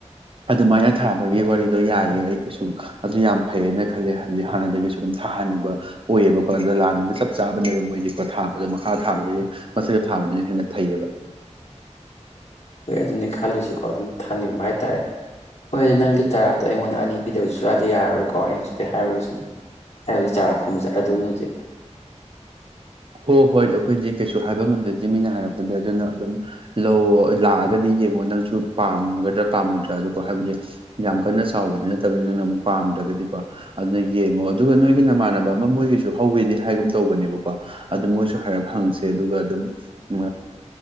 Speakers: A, on the right; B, on the left.
A: ꯑꯗꯨꯃꯥꯏꯅ ꯊꯥꯕꯒꯤ ꯋꯥꯔꯤꯗꯣ ꯌꯥꯏꯑ ꯑꯩ ꯀꯩꯁꯨ ꯑꯗꯨ ꯌꯥꯝ ꯐꯩꯌꯦꯅ ꯈꯜꯂꯦ ꯍꯥꯏꯕꯗꯤ ꯍꯥꯟꯅꯗꯒꯤꯁꯨ ꯑꯗꯨꯝ ꯊꯥꯍꯟꯅꯤꯡꯕ ꯑꯣꯏꯌꯦꯕꯀꯣ ꯑꯗ ꯂꯥꯟꯅꯤꯅ ꯆꯞ ꯆꯥꯕꯅꯦꯕ ꯃꯣꯏꯁꯦꯀꯣ ꯊꯥꯕꯗꯣ ꯃꯈꯥ ꯊꯥꯕꯗꯒꯤ ꯃꯊꯛꯀ ꯊꯥꯕꯅꯤꯅ ꯍꯦꯟꯅ ꯐꯩꯌꯦꯕ
B: ꯍꯣꯏ ꯑꯗꯨꯅꯤ ꯈꯜꯂꯤꯁꯤꯀꯣ ꯑꯗꯨꯝ ꯊꯥꯅꯤꯡꯕ ꯍꯥꯏꯇꯥꯔꯦ ꯍꯣꯏ ꯑꯗꯨ ꯅꯪꯒꯤ ꯆꯔꯥꯗꯣ ꯑꯩꯉꯣꯟꯗ ꯑꯅꯤ ꯄꯤꯗꯕꯁꯨ ꯌꯥꯗꯤ ꯌꯥꯔꯔꯣꯏꯀꯣ ꯑꯩ ꯍꯧꯖꯤꯛꯇꯤ ꯍꯥꯏꯔꯨꯔꯤꯁꯤꯅꯦ ꯑꯩ ꯍꯧꯖꯤꯛ ꯆꯔꯥ ꯈꯣꯝꯕ ꯆꯠꯂꯗꯣꯏꯅꯤ ꯍꯧꯖꯤꯛ
A: ꯍꯣꯏ ꯍꯣꯏ ꯑꯩꯈꯣꯏꯗꯤ ꯀꯩꯁꯨ ꯍꯥꯏꯕ ꯉꯝꯗꯗꯦ ꯃꯤꯅ ꯍꯥꯏꯔꯛꯄꯗ ꯑꯗꯨꯅ ꯑꯗꯨꯝ ꯂꯧ ꯂꯥꯛꯑꯒꯗꯤ ꯌꯦꯡꯉꯣ ꯅꯪꯁꯨ ꯄꯥꯝꯒꯗ꯭ꯔꯥ ꯄꯥꯝꯃꯣꯏꯗ꯭ꯔꯥ ꯑꯗꯨꯣ ꯍꯥꯏꯕꯗꯤ ꯌꯥꯝ ꯀꯟꯅ ꯆꯥꯎꯕꯗꯤ ꯅꯠꯇꯕꯅꯤ ꯅꯪꯅ ꯑꯃꯨꯛ ꯄꯥꯝꯗ꯭ꯔꯒꯗꯤꯀꯣ ꯑꯗꯨꯅ ꯌꯦꯡꯉꯣ ꯑꯗꯨꯒ ꯅꯣꯏꯒꯤ ꯅꯃꯥꯟꯅꯕ ꯑꯃ ꯃꯣꯏꯒꯤꯁꯨ ꯍꯧꯋꯤꯗꯤ ꯍꯥꯏꯒꯨꯝ ꯇꯧꯕꯅꯦꯕꯀꯣ ꯑꯗꯨ ꯃꯣꯏꯁꯨ ꯍꯥꯏꯔꯞ ꯍꯪꯁꯦ ꯑꯗꯨꯒ ꯑꯗꯨꯝ ꯎ